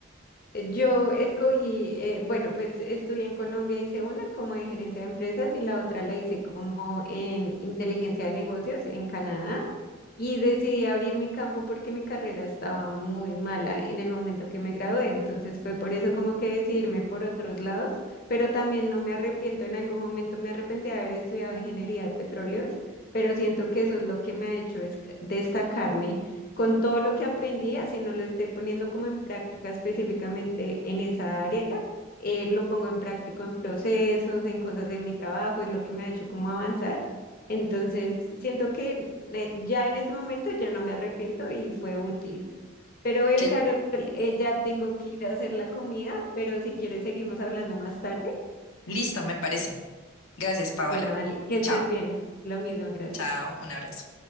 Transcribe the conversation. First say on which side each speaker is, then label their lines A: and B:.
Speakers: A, on the left (about 45°); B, on the left (about 85°).
A: eh, Yo escogí, eh, bueno, pues estudié en Colombia, hice una como de gerencia de empresas y la otra la hice como en inteligencia de negocios en Canadá. Y decidí abrir mi campo porque mi carrera estaba muy mala en el momento que me gradué, entonces fue por eso como que decidirme por otros lados, pero también no me arrepiento, en algún momento me arrepentí de haber estudiado ingeniería de petróleos, pero siento que eso es lo que me ha hecho es destacarme con todo lo que aprendí, así no lo esté poniendo como en práctica específicamente en esa área, eh, lo pongo en práctico en procesos, en cosas de mi trabajo, es lo que me ha hecho como avanzar. Entonces, siento que eh, ya en ese momento ya no me arrepiento y fue útil. Pero ven,
B: Que
A: Carol, eh, ya tengo que ir a hacer la comida, pero si quieres seguimos hablando más tarde.
B: listo, me parece. Gracias, Paola.
A: Bueno, dale, que estés
B: Chao,
A: bien. Lo mismo, gracias.
B: chao, un abrazo.